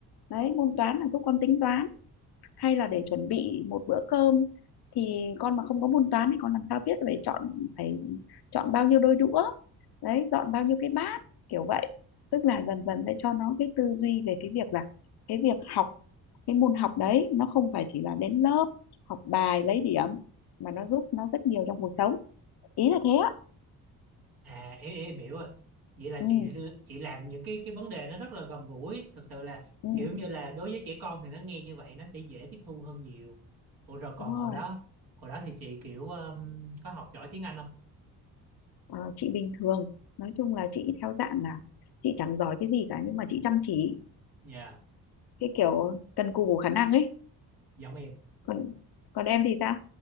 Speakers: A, on the left; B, on the right.
A: đấy môn toán là giúp con tính toán hay là để chuẩn bị một bữa cơm thì con mà không có môn toán thì con làm sao biết phải chọn phải chọn bao nhiêu đôi đũa đấy dọn bao nhiêu cái bát kiểu vậy tức là dần dần để cho nó cái tư duy về cái việc là cái việc học cái môn học đấy nó không phải chỉ là đến lớp học bài lấy điểm mà nó giúp nó rất nhiều trong cuộc sống ý là thế á
B: À em, em em hiểu rồi. Vậy là
A: ừ,
B: chị chị làm những cái cái vấn đề nó rất là gần gũi, thật sự là
A: ừ
B: kiểu như là đối với trẻ con thì nó nghe như vậy nó sẽ dễ tiếp thu hơn nhiều. Ủa rồi còn
A: đúng
B: hồi
A: rồi
B: đó, hồi đó thì chị kiểu um, có học giỏi tiếng Anh không?
A: Ờ, chị bình thường nói chung là chị theo dạng là chị chẳng giỏi cái gì cả nhưng mà chị chăm chỉ
B: Dạ,
A: cái kiểu cần cù khả năng ấy
B: giống em.
A: còn còn em thì sao